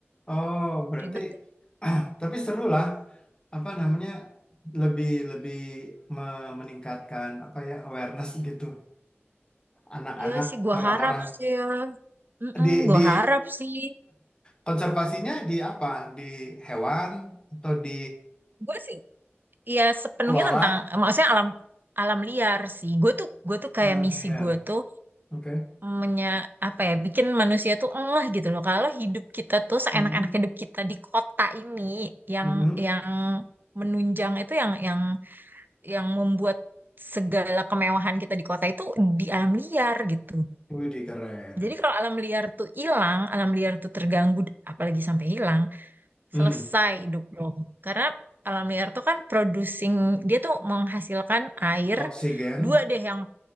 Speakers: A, on the left (about 20°); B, on the right (about 45°).
A: Oh, berarti
B: Ribet. ya.
A: <clears throat> ah, tapi seru lah. Apa namanya? Lebih lebih me- meningkatkan apa ya awareness gitu anak-anak
B: Iya sih, gue
A: orang-orang
B: harap sih ya. Mm-mm,
A: di
B: gue
A: di
B: harap sih.
A: Konservasinya di apa? Di hewan atau di
B: Gue sih Iya sepenuhnya
A: flora
B: tentang maksudnya alam alam liar sih. Gue tuh gue tuh kayak
A: alam
B: misi
A: liar?
B: gue tuh
A: Oke.
B: menya apa ya bikin manusia tuh enggak gitu loh. Kalau hidup kita tuh seenak-enak
A: Mm-mm.
B: hidup kita di kota ini yang
A: Mm-mm.
B: yang menunjang itu yang yang yang membuat segala kemewahan kita di kota itu di alam liar gitu.
A: Widih, keren.
B: Jadi kalau alam liar tuh hilang, alam liar tuh terganggu apalagi sampai hilang
A: Hmm.
B: selesai hidup lo. Karena alam liar tuh kan producing, dia tuh menghasilkan air,
A: Oksigen.
B: dua deh yang